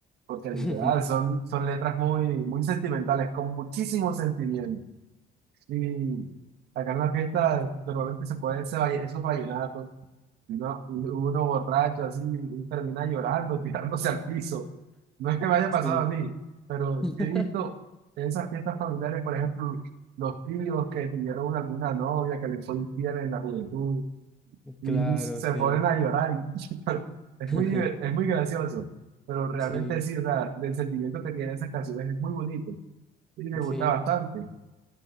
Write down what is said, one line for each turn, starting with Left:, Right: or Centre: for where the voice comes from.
Right: porque literal
Centre: <laughs>
Right: son, son letras muy, muy sentimentales, con muchísimo sentimiento. Y acá en la fiesta normalmente se pueden hacer valle- esos vallenatos. Uno, uno borracho así y termina llorando, <laughs> tirándose al piso. No es que me haya pasado
Centre: Sí.
Right: a mí, pero
Centre: <laughs>
Right: sí he visto en esas fiestas familiares, por ejemplo, los tíos que tuvieron alguna novia que les fue infiel en la juventud y
Centre: Claro,
Right: se
Centre: sí.
Right: ponen a llorar. y <laughs> es
Centre: <laughs>
Right: muy, diver- es muy gracioso, pero realmente
Centre: Sí,
Right: sí, o sea, el sentimiento que tienen esas canciones es muy bonito y me gusta
Centre: sí.
Right: bastante.